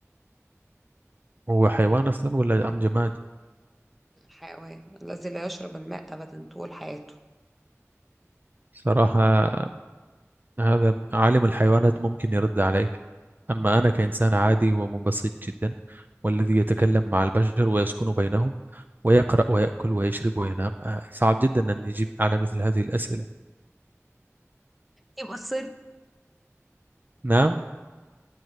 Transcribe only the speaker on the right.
هو حيوان أصلا ولا أم جماد؟
صراحة هذا عالم الحيوانات ممكن يرد عليك أما أنا كإنسان عادي ومبسط جدا والذي يتكلم مع البشر ويسكن بينهم ويقرأ ويأكل ويشرب وينام آه، صعب جدا أن يجيب على مثل هذه الأسئلة
نعم